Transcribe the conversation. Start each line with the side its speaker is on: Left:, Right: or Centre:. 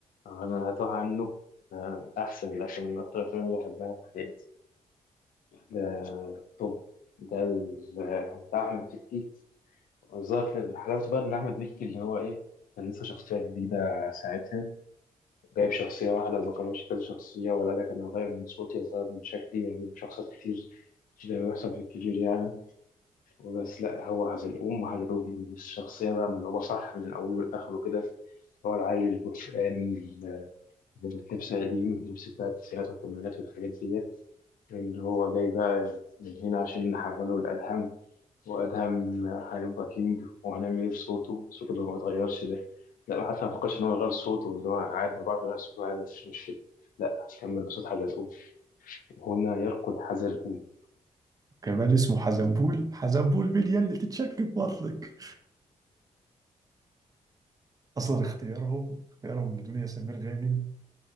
Left: أنا أتوه عنه آه، أحسن الأفلام من أكتر الأفلام اللي بحبها في حياتي ده- طب ده ال- آه، بتاع أحمد مكي ظهر في حلاوته بقى إن أحمد مكي اللي هو إيه كان لسه شخصية جديدة ساعتها جايب شخصية واحدة ما كانش كذا شخصية ولا لك أنا هغير من صوتي وغير من شكلي وأجيب شخصيات كتير زي ما بيحصل في الكبير يعني بس لا هو حزلقوم وحزلقوم الشخصية بقى ملعوبة صح من أوله لآخره كده هو العيل البرتقاني اللبس قديم اللبس بتاع التسعينات والثمانينات والحاجات ديت اللي هو جاي بقى من هنا عشان نحوله لأدهم وأدهم هيبقى كينج وهنعمل إيه بصوته صوته اللي ما بيتغيرش ده لا ما حتى ما فكرش إن هو يغير صوته اللي هو عادي هو بيعرف يغير صوته عادي مفيش مشكلة لا هكمل بصوت حزلقوم هنا يرقد حزلقوم
Right: كمان اسمه حزنبول حزنبول باليا اللي تتشك في بطنك اصلا اختيارهم اختيارهم لدنيا سمير غانم